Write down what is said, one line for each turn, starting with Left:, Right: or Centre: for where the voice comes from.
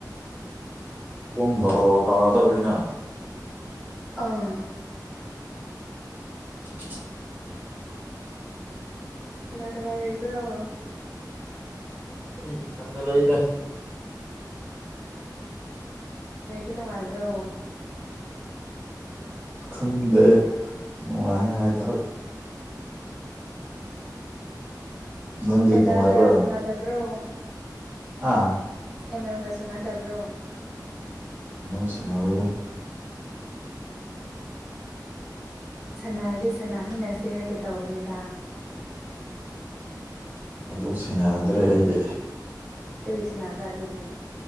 Right: ꯄꯨꯡ ꯕꯥꯔꯣ ꯇꯥꯗꯧꯔꯤꯅ
Centre: ꯑꯥ
Right: <inaudible>
Centre: ꯀꯅꯥ ꯀꯅꯥ ꯂꯩꯕꯔꯣ
Right: ꯑꯩ ꯏꯊꯟꯗ ꯂꯩꯗ
Centre: ꯂꯩꯕ ꯅꯨꯡꯉꯥꯏꯕ꯭ꯔꯣ
Right: ꯈꯪꯗꯦ ꯅꯨꯡꯉꯥꯏ ꯍꯥꯏꯇꯥꯔꯦ ꯅꯪꯗꯤ
Centre: ꯑꯦꯝ
Right: ꯅꯨꯡꯉꯥꯏꯕ꯭ꯔꯥ
Centre: ꯑꯦꯜꯒ ꯁꯥꯟꯅꯗꯕ꯭ꯔꯣ
Right: ꯍꯥ
Centre: ꯑꯦꯝ ꯑꯦꯜꯒꯁꯥꯟꯅꯗꯕ꯭ꯔꯣ
Right: ꯅ ꯁꯟꯅꯗꯦꯗ
Centre: ꯁꯟꯅꯔꯗꯤ ꯁꯅꯃꯤꯟꯅꯁꯦ ꯍꯥꯏꯒꯦ ꯇꯧꯕꯅꯤꯗꯥ
Right: ꯑꯗꯨ ꯁꯦꯟꯅꯗ꯭ꯔꯦ ꯑꯩꯗꯤ
Centre: ꯀꯔꯤ ꯁꯥꯟꯅꯕ꯭ꯔꯥ ꯑꯗꯨꯗꯤ